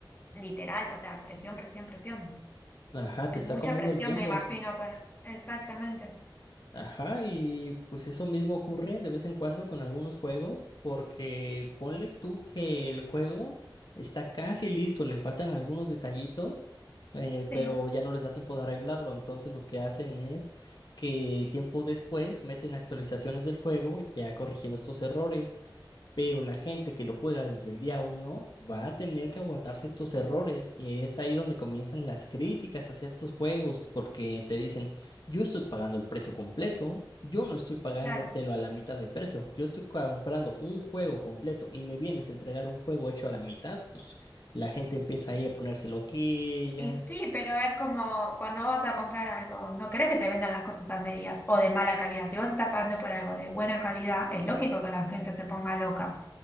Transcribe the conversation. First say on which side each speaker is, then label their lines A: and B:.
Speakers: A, on the left (about 25°); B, on the left (about 60°).
A: literal, o sea, presión, presión, presión.
B: Ajá,
A: Es
B: te está
A: mucha
B: comiendo
A: presión,
B: el tiempo.
A: me imagino, para... Exactamente.
B: Ajá, y pues eso mismo ocurre de vez en cuando con algunos juegos, porque ponle tú que el juego está casi listo, le faltan algunos detallitos, eh,
A: Sí,
B: pero ya no les da tiempo de arreglarlo, entonces lo que hacen es que tiempo después meten actualizaciones del juego ya corrigiendo estos errores pero la gente que lo juega desde el día uno va a tener que aguantarse estos errores y es ahí donde comienzan las críticas hacia estos juegos porque te dicen, yo estoy pagando el precio completo, yo no estoy pagándotelo
A: claro.
B: a la mitad de precio, yo estoy comprando un juego completo y me vienes a entregar un juego hecho a la mitad, pues la gente empieza ahí a ponerse loquilla
A: Y sí, pero es como cuando vos vas a comprar algo, no querés que te vendan las cosas a medias o de mala calidad. Si vos estás pagando por algo de buena calidad, es lógico que la gente se ponga loca.